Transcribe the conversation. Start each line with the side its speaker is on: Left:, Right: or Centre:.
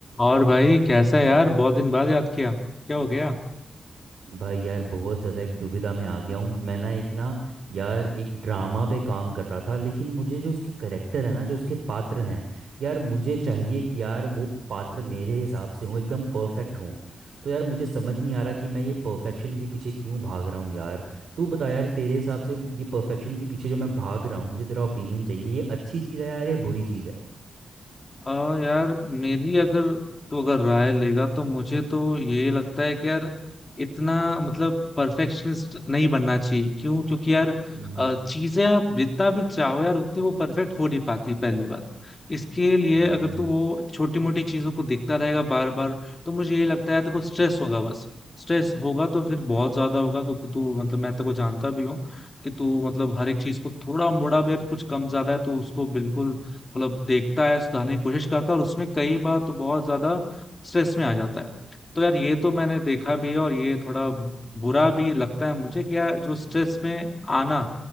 Left: और भाई कैसा है यार बहुत दिन बाद याद किया क्या हो गया
Right: भाई यार बहुत ज़्यादा एक दुविधा में आ गया हूँ मैं ना एक ना यार एक ड्रामा पे काम कर रहा था लेकिन मुझे जो उसके करेक्टर है ना जो उसके पात्र हैं यार मुझे चाहिए कि यार वो पात्र मेरे हिसाब से हों एकदम परफेक्ट हों तो यार मुझे समझ नहीं आ रहा कि मैं ये परफेक्शन के पीछे क्यों भाग रहा हूँ यार तू बता यार तेरे हिसाब से ये परफेक्शन के पीछे जो मैं भाग रहा हूँ मुझे तेरा ओपिनियन चाहिए ये अच्छी चीज़ है यार ये बुरी चीज़ है
Left: आ, यार मेरी अगर तो अगर राय लेगा तो मुझे तो ये लगता है कि यार इतना मतलब परफेक्शनिस्ट नहीं बनना चाहिए क्यों क्योंकि यार
Right: हम्म
Left: अ, चीजें आप जितना भी चाहो यार उतनी वो परफेक्ट हो नहीं पाती पहली बात इसके लिए
Right: हम्म
Left: अगर तू वो छोटी मोटी चीजों को देखता रहेगा बार बार तो मुझे ये लगता है यार तेको स्ट्रेस होगा बस स्ट्रेस होगा तो फिर बहुत ज्यादा होगा क्योंकि तू मतलब मैं तेको जानता भी हूँ कि तू मतलब हर एक चीज को थोड़ा मोड़ा भी कुछ कम ज्यादा है तो उसको बिल्कुल मतलब देखता है सुधारने की कोशिश करता है और उसमें कई बार तो बहुत ज्यादा स्ट्रेस में आ जाता है तो यार ये तो मैंने देखा भी है और ये थोड़ा बुरा भी लगता है मुझे कि यार जो स्ट्रेस में आना